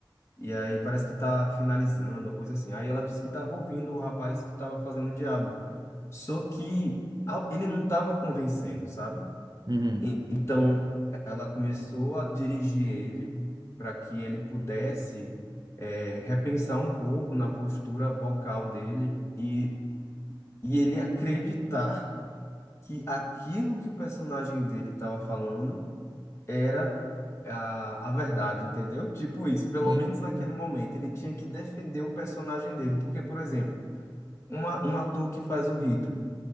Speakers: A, on the left; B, on the right.
A: E aí parece que tá finalizando, uma coisa assim. Aí ela disse que tava ouvindo o rapaz que tava fazendo o diabo. Só que a- ele não tava convencendo, sabe?
B: Uhum.
A: E- Então ela começou a dirigir ele para que ele pudesse eh, repensar um pouco na postura vocal dele e, e ele acreditar que aquilo que o personagem dele estava falando era a, a verdade, entendeu? Tipo isso, pelo
B: Sim,
A: menos naquele
B: sim.
A: momento, ele tinha que defender o personagem dele, porque, por exemplo, uma, um ator que faz o Hitler,